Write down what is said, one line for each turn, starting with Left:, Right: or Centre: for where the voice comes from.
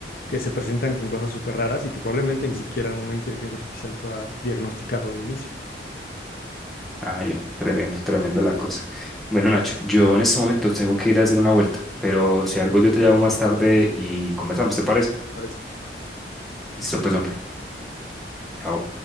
Left: que se presentan con cosas súper raras y que probablemente ni siquiera una inteligencia artificial pueda diagnosticarlo de inicio.
Centre: Ay, tremendo, tremendo la cosa. Bueno, Nacho, yo en este momento tengo que ir a hacer una vuelta, pero si algo yo te llamo más tarde y conversamos, ¿te parece?
Left: Parece que
Centre: Listo,
Left: estoy-
Centre: pues, hombre. Chao.